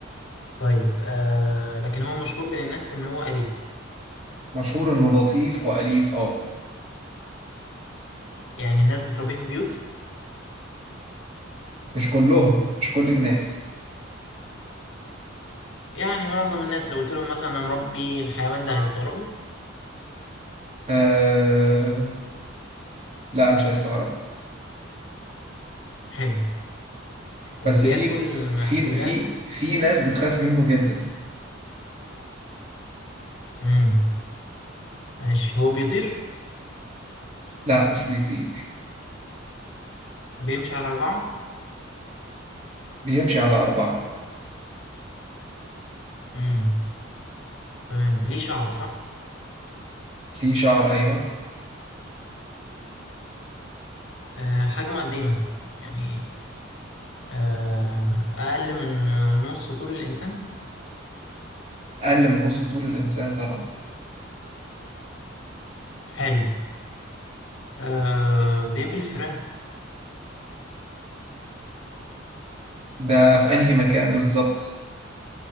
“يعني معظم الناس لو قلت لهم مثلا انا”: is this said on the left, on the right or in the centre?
Left